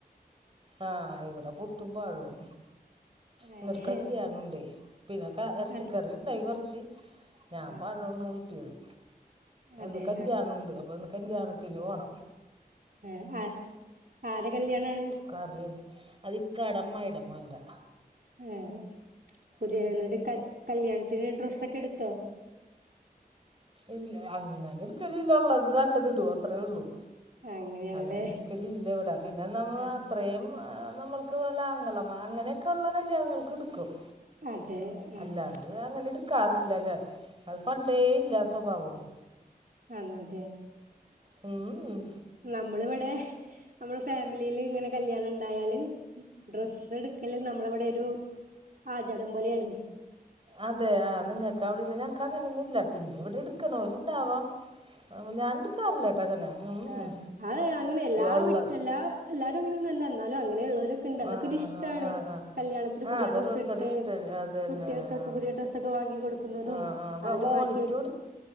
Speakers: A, on the right; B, on the right.
A: ആഹ് ഇവ്ടെ പുട്ടും പഴോം ഇന്നൊര്
B: ഏഹ്
A: കല്യാണുണ്ടേ പിന്നെ ക എർച്ചിക്കറി
B: അതെ
A: ണ്ടായ് കൊറ്ച്ച് ഞാൻ
B: ആ
A: പഴവാണ് കുറ്റിയെത്
B: അതെ
A: ഇന്ന് കല്യാണുണ്ട് അപ്പ ഇന്ന് കല്യാണ ത്തിന് പോണം
B: ആഹ് ആ ആരെ കല്യാണാണ്
A: കാറില് അത് ഇക്കാടെ അമ്മായിടെ മോന്റെ
B: ആഹ് പുതിയ എന്നിട്ട് കൽ കല്യാണത്തിന് ഡ്രസ്സൊക്കെ എടുത്തോ
A: ഇല്ല അങ്ങനെ എടുക്കലില്ല ഒള്ളത് നല്ലത് ഇടു അത്രേ ഒള്ളൂ
B: അങ്ങനെയാണല്ലേ
A: അങ്ങനെ എട് ക്കലില്ല ഇവടെ പിന്നെ നമ്മ
B: ആ
A: അത്രയും നമ്മൾക്ക് പോലെ ആങ്ങളമാ അങ്ങനെയൊക്കെ ഒള്ള കല്യാണങ്ങൾക്ക് എടു ക്കും
B: അതെ
A: അല്ലാ
B: ആ
A: അങ്ങനെ എടുക്കാറില്ല ഞാൻ അത് പണ്ടേ ഇല്ല സ്വഭാവൊന്നും
B: അന്ന് അതെ
A: ഉം.
B: നമ്മളിവടെ നമ്മടെ ഫാമിലിയില് ഇങ്ങനെ കല്യാണണ്ടായാല് ഡ്രെസ്സ് എടുക്കല് നമ്മളവടെ ഒരു ആചാരം പോലെയണ്
A: അതെ ആഹ് നിങ്ങക്ക് അവിടന്ന ഞങ്ങക്ക് അങ്ങനെയൊന്നും ഇല്ല പിന്നെ ഇവടെ എട്ക്കലോര് ഇണ്ടാവാം ആഹ് ഞാൻ എടുക്കാറില്ലെട്ടോ അങ്ങനെ ഉം.
B: ആഹ് അത് അങ്ങനെ എല്ലാ
A: ഉള്ള
B: വീട്ട് എല്ലാ എല്ലാരും അങ്ങനെന്നും എന്നാലും അങ്ങനെ ഉള്ളോരൊക്കെ ഇണ്ട് അതൊക്കൊരിഷ്ടാണ്
A: ആ ആ ആ ആ ആ
B: കല്യാണത്തിന്
A: ആ
B: പുതിയ
A: അതൊരോരുത്തരുടെ
B: ഡ്രസ്സ് ഇട്ട്
A: ഇഷ്ടം അത് തന്നെ
B: കുട്ടികൾക്കൊക്കെ
A: ആ.
B: പുതിയ ഡ്രസ്സൊക്കെ വാങ്ങി കൊടുക്കുന്നതും
A: ആഹ് ആഹ് അപ്പൊ
B: അവര്
A: മോനിക്ക്
B: മാറ്റിയൊരു